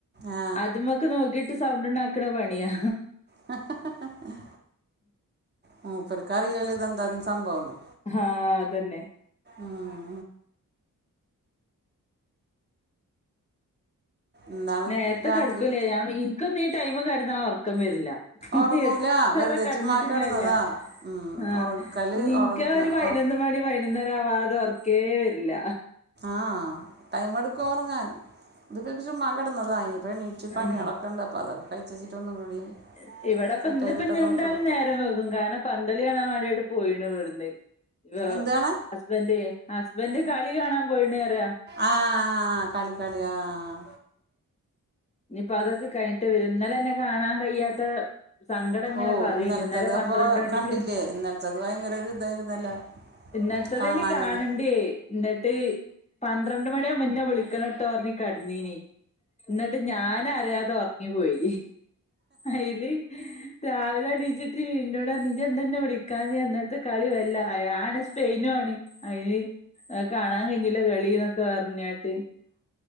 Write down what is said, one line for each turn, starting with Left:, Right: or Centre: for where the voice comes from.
Right: ആ
Left: അതുമൊക്കെ നോക്കിട്ട് സൗണ്ട് ഉണ്ടാക്കണ പണിയാ
Right: ഹ ഹ ഹാ ഹാ മൂപ്പർക്ക് അറിയാല്ലോ ഇതെന്താന്ന് സംഭവം എന്ന്
Left: ഹാ അതന്നെ
Right: ആഹ് എന്താണ്
Left: നേരത്തെ
Right: രാത്രി
Left: കിടക്കൂലേ ഞാൻ എനിക്കൊന്നും ഈ ടൈം കിടന്നാൽ ഉറക്ക ഉറക്കം വരില്ല ഇനി
Right: ഉറങ്ങൂല
Left: എത്ര
Right: വെറുതെ
Left: കിടന്നിട്ടും
Right: ചുമ്മാ കിടന്നതാ
Left: കാര്യമില്ല ആഹ്
Right: ഉറക്കല്
Left: നിക്ക്
Right: ഉറങ്ങ
Left: ഒരു പതിനൊന്നുമണി
Right: ഉറ
Left: പതിനൊന്നര ആവാതെ ഉറക്കേ വരില്ല
Right: ആഹ് ടൈമ് എടുക്കും ഉറങ്ങാൻ ഇത് ഇപ്പി പക്ഷെ ചുമ്മാ കിടന്നതാ ഇനി പ്പെണീച്ച് പണ്യോളൊക്ക
Left: ഉം
Right: ഇണ്ട് പ്പ അതക്ക കഴ്ച്ചെച്ചിട്ടൊന്നു കൂടി
Left: ഏഹ് ഇവിടെപ്പ
Right: സെറ്റ്
Left: ഇന്നിപ്പ
Right: ചെയ്തിട്ടൊക്കെ
Left: ഞ്ഞി എന്തായ്ലും
Right: ഒന്ന് കിടക്കും
Left: നേരം വൈകും കാരണം പന്തളി കാണൻ വേണ്ടിട്ട് പോയിണ് ഇവ്ടുന്ന് ഇവ
Right: എന്താണ്
Left: ഹസ് ബന്റ് ഹസ്ബന്റ് കളി കാണാൻ പോയിണ് പറയ
Right: ആഹ് ആഹ് കളി കളി ആഹ്
Left: ഞ്ഞിപ്പോ അതൊക്കെ കഴിഞ്ഞട്ടേ വരൂ ഇന്നലന്നെ കാണാൻ കഴിയാത്ത സങ്കടം ഇങ്ങനെ
Right: ഓഹ്
Left: പറയ്ണ്ട്
Right: ഇന്നലത്തത്
Left: ഇന്നലെ
Right: അപ്പൊ
Left: പന്ത്രണ്ട് മണിക്ക്
Right: കണ്ടില്ലേ ഇന്നലത്തത് ഭയങ്കര ഒരു ഇതായിരുന്നല്ലോ
Left: ഇന്നലത്തതേന്
Right: കാണാഞ്ഞത്
Left: കാണണ്ടേ ന്നിട്ട് പന്ത്രണ്ട് മണിയാമ്പ ന്നെ വിളിക്കണട്ടോ പറഞ്ഞി കെടന്നീനി ന്ന് ട്ട് ഞാനറിയാതെ ഒറങ്ങി പോയി അയ്ല് രാവിലെ എണീറ്റ്ട്ട് ഇന്നോടാ നീയെന്താ ന്നെ വിളിക്കാഞ്ഞെ ഇന്നല്ത്തെ കളി വല്ല അയാ ആണെ സ്പെയിനും ആണ് അയ്ന് അത് കാണാൻ കഴിഞ്ഞില്ല കളിന്നൊക്ക പറഞ്ഞട്ട്